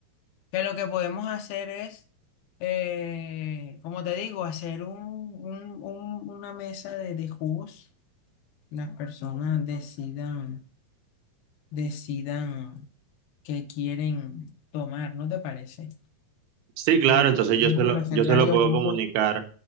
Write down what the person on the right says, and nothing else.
Sí, claro,
entonces
yo se lo,
yo
se lo puedo
comunicar,